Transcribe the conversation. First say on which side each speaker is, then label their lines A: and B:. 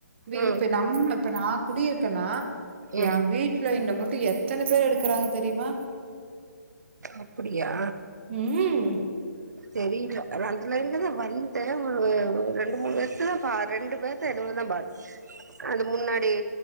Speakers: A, on the right; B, on the right.
A: ப்ப
B: ம்
A: நம்ம இப்ப நான் குடியிருக்கேன்னா
B: ம்
A: என் வீட்டு்ல இந்த ம எத்தனை பேர் எடுக்கறாங்க தெரியுமா
B: அப்படியா
A: உம்
B: தெரியல ரெண்டு லைன் தான் வந்தேன் ஒரு ரெண்டு மூணு பேர்த்ததான் பா ரெண்டு பே்த்த பே தான் பாரு அந்த முன்னாடி